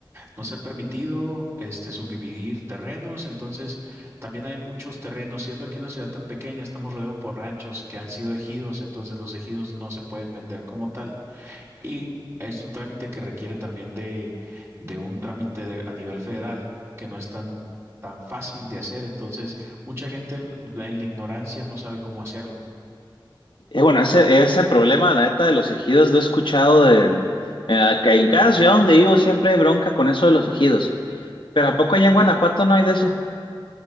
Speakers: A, on the right; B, on the left.
A: No se ha permitido este, subdividir terrenos. Entonces, también hay muchos terrenos. Siendo aquí una ciudad tan pequeña, estamos rodeados por ranchos que han sido ejidos. Entonces, los ejidos no se pueden vender como tal. Y es un trámite que requiere también de, de un trámite de- a nivel federal que no es tan, tan fácil de hacer. Entonces, mucha gente en la en la ignorancia no sabe cómo hacerlo.
B: Y bueno, ese, ese problema, la neta, de los ejidos lo he escuchado de- en, en, que en cada ciudad donde vivo siempre hay bronca con eso de los ejidos. Pero ¿a poco allá en Guanajuato no hay de eso?